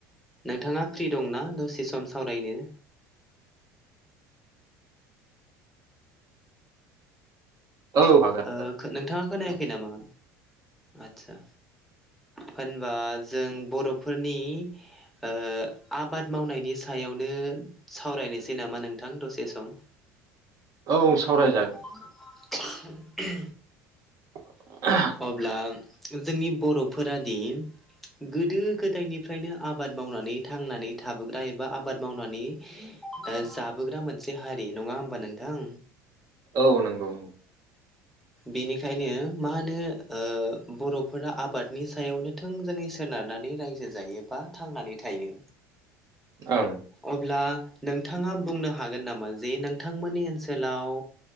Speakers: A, in the centre; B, on the right (about 45°).
A: नोंथांङा फ्रि दंना दसे सम सावरायनो?
B: औ हागोन
A: ओ खो नोंथाङा खोनायाखै
B: हागोन
A: नामा? आदसा होनबा जों बर'फोरनि ओ आबाद मावनायनि सायावनो सावरायनोसै नामा नोंथां दसे सम?
B: औ सावरायजागोन
A: <inaudible>
B: <inaudible>
A: अब्ला जोंनि बर'फोरादि गोदो गोदायनिफ्रायनो आबाद मावनानै थांनानै थाबोग्रा एबा आबाद मावनानै ओ जाबोग्रा मोनसे हारि नङा होमबा नोंथां?
B: औ नंगौ।
A: बेनिखायनो मा होनो ओ बर'फोरा आबादनि सायावनो थोंजोङै सोनारनानै रायजो जायोबा थांनानै थायो।
B: ओम।
A: अब्ला नोंथाङा बुंनो हागोन नामा जे नोंथांमोननि ओनसोलाव